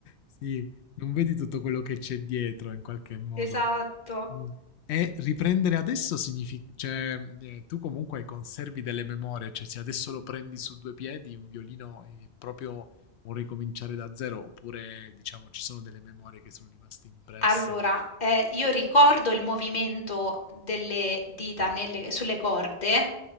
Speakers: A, on the left; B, on the left.
A: sì, non vedi tutto quello che c'è dietro in qualche modo.
B: Esatto.
A: Mh. E riprendere adesso signifi cioè, ehm, tu comunque conservi delle memorie, cioè se adesso lo prendi su 2 piedi un violino è proprio un ricominciare da zero, oppure diciamo ci sono delle memorie che sono rimaste impresse.
B: Allora, ehm, io ricordo il movimento delle dita nelle sulle corde,